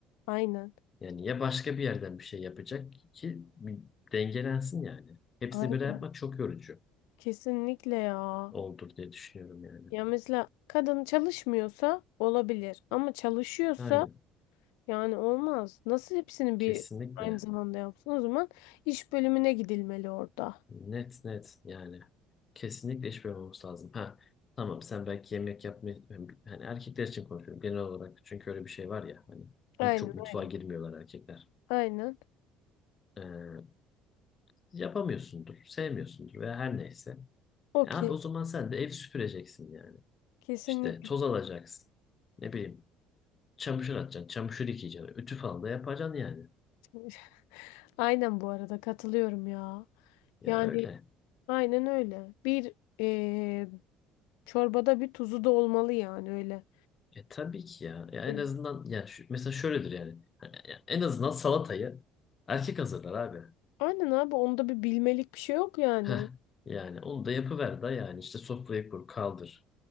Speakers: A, on the left; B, on the left.
A: Aynen.
B: yani ya başka bir yerden bir şey yapacak ki bir dengelensin yani. Hepsini
A: Aynen.
B: böyle yapmak çok yorucu
A: Kesinlikle ya.
B: olur diye düşünüyorum yani.
A: Ya mesela kadın çalışmıyorsa olabilir ama çalışıyorsa
B: Aynen.
A: yani olmaz. Nasıl hepsini
B: Kesinlikle.
A: bir aynı zamanda yapsın? O zaman iş bölümüne gidilmeli orada.
B: Net net yani. Kesinlikle iş bölümü lazım. Ha tamam sen belki yemek yapmayı hani erkekler için konuşuyorum genel olarak çünkü öyle bir şey var ya hani
A: Aynen
B: çok mutfağa
A: aynen.
B: girmiyorlar erkekler.
A: Aynen.
B: Ee, yapamıyorsundur, sevmiyorsundur veya her neyse.
A: Okey.
B: E abi o zaman sen de ev süpüreceksin yani.
A: Kesinlikle.
B: İşte toz alacaksın. Ne bileyim çamaşır atacaksın, çamaşır yıkayacaksın. Ütü falan da yapacaksın yani.
A: çalış- <laughs> Aynen bu arada katılıyorum ya.
B: Ya
A: Yani
B: öyle.
A: Aynen öyle. Bir eee, çorbada bir tuzu da olmalı yani öyle.
B: E tabii ki ya. Ya en
A: Evet.
B: azından ya şu, mesela şöyledir yani. Hani ya en azından salatayı erkek hazırlar abi.
A: Aynen abi onda bir bilmelik bir şey yok yani.
B: Heh. Yani onu da yapıver da yani işte sofrayı kur, kaldır.